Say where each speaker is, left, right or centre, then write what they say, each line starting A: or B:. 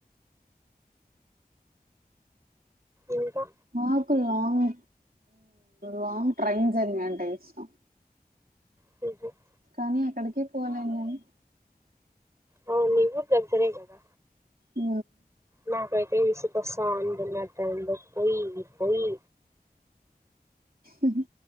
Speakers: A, on the right; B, on the right.
A: ఇంకా
B: నాకు లాంగ్ లాంగ్ ట్రైన్ జెర్నీ అంటే ఇష్టం
A: క <inaudible>
B: కానీ ఎక్కడికి పోలేను నిను
A: అవును నివ <unintelligible> కదా
B: ఉ
A: నాకైతే విసుగు వస్తాంద అన్నమాట అంద పోయి పోయి
B: మ్మ్